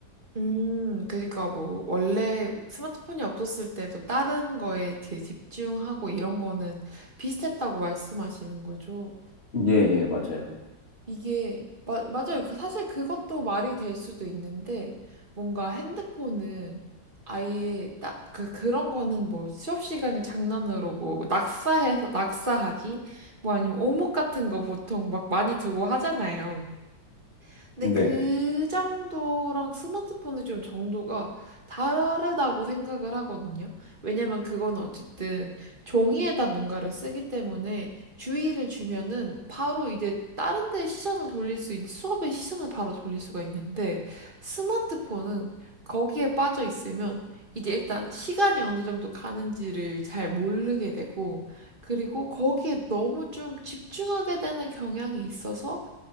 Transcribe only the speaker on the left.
예, 예, 맞아요.
네.